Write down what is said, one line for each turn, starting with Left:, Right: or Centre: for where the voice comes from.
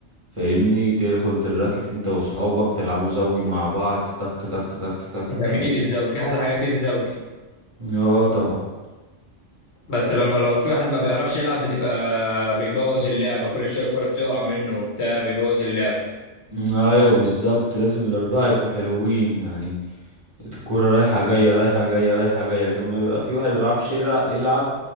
Right: فاهمني تاخد الراكت انت واصحابك تلعبوا زوجي مع بعض تك تك تك تك
Left: جميل
Right: كمان
Left: الزوجي احلى حاجه فيه الزوجي
Right: اه طبعا
Left: بس لما لو في واحد ما بيعرفش يلعب بتبقى بيبوظ اللعبه كل شويه الكره تقع منه وبتاع بيبوظ اللعبه
Right: ايوه بالظبط لازم الاربعه يبقوا حلوين يعني الكوره رايحه جايه رايحه جايه رايحه جايه لكن ما يبقى في واحد ما بيعرفش يلع- يلعب